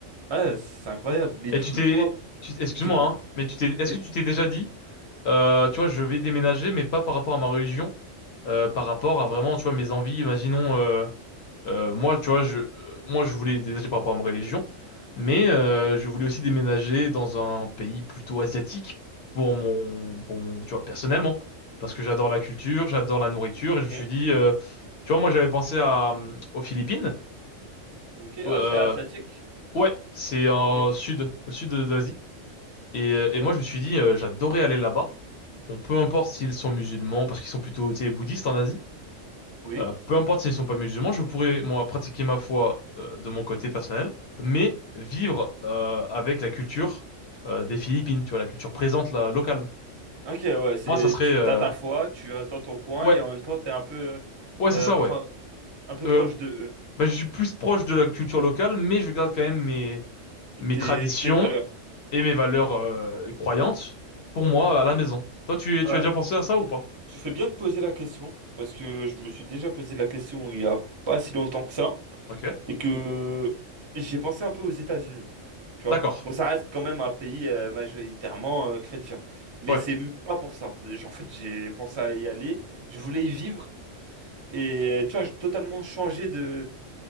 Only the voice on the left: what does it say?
Et
tu
t'es,
tu... excuse-moi,
hein, mais tu t'es, est-ce
que tu t'es déjà dit, euh, tu vois, je vais déménager, mais pas par rapport à ma religion, euh, par rapport à vraiment, tu vois, mes envies. Imaginons, euh, Euh, moi, tu vois, je, moi, je voulais déménager par rapport à ma religion, mais
euh, je voulais aussi déménager dans un pays plutôt asiatique pour mon, pour mon, tu vois, personnellement, parce que j'adore la culture, j'adore la nourriture,
et je me suis dit, euh, tu vois, moi, j'avais pensé à, euh, aux Philippines,
euh,
ouais, c'est en
sud, au sud de de l'Asie, et, euh,
et moi, je me suis dit, euh, j'adorais aller là-bas. Bon, peu importe s'ils sont musulmans, parce qu'ils sont plutôt, tu sais, bouddhistes en Asie.
Euh, peu importe s'ils sont pas musulmans, je pourrais, moi, pratiquer ma foi euh, de mon côté personnel, mais vivre euh, avec la culture euh, des Philippines, tu vois, la culture présente, la locale.
Moi, ça serait...
euh,
Ouais,
ouais, c'est
ça,
ouais.
Euh,
bah, je suis plus proche de la culture locale, mais je garde quand même mes, mes
traditions
et mes valeurs euh, croyantes pour moi à la maison. Toi, tu,
tu as déjà pensé à ça ou pas?
Ok,
d'accord.
Ouais.